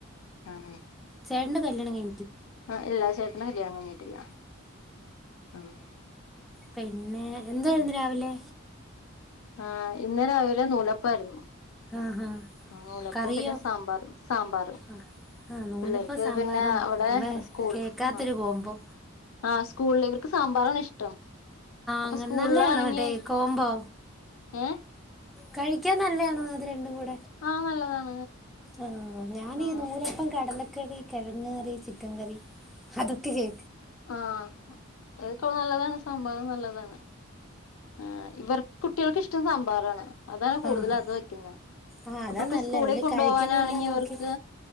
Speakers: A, on the left (about 75°); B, in the centre.
A: ആഹ്
B: ചേട്ടന്റെ കല്യാണം കയിഞ്ഞ്
A: ആ ഇല്ല ചേ ട്ടൻ്റെ കല്യാണം കഴിഞ്ഞിട്ടില്ല ആഹ്
B: പിന്ന എന്തുവാരുന്നു
A: ഉം
B: രാവിലെ
A: ആഹ് ഇന്ന് രാവിലെ നൂലപ്പാരുന്നു
B: ആഹ് ആഹ്
A: നൂലപ്പോം
B: കറിയോ
A: പിന്നെ സാമ്പാറും സാമ്പാറ്
B: ആഹ് ആഹ് നൂലപ്പം
A: പിള്ളേർക്ക്
B: സാമ്പാറും
A: പിന്നെ അവിടെ
B: വേ
A: സ്കൂൾ
B: കേക്കാത്തൊരു
A: ആഹ്
B: കോംബോ
A: ആഹ് സ്കൂളി ഇവർ <unintelligible> സാമ്പാറാണ് ഇഷ്ടം അപ്പ
B: അങ്ങനെ
A: സ്കൂളിലാണെങ്കി
B: നല്ലയാണോ ടേ കോംബോ ആഹ്
A: ഏഹ്
B: കഴിക്കാൻ നല്ലയാണോ അത് രണ്ടും കൂടി
A: ആ നല്ലതാണ്
B: ആഹ് ഞാനീ
A: ആഹ്
B: നൂലപ്പം കടല ല കറി, കിഴങ് കറി, ചിക്കൻ കറി അതൊക്കെ കേ
A: ആഹ് അതക്ക നല്ലതാണ് സാമ്പാറും നല്ലതാണ് ആഹ് ഇവർ കുട്ടികൾക്ക് ഇഷ്ടം സാമ്പാറാണ്. അതാണ് കൂടുതൽ
B: ആഹ്
A: അത് വെക്കുന്നെ
B: ആഹ് അതാ
A: അവർക്ക്
B: നല്ലേ
A: സ്കൂളിൽ
B: പുള്ളി
A: കൊണ്ടപോകാനാണെങ്കിൽ
B: കഴിക്കുന്ന എന്താ നോക്കി
A: അവർക്ക്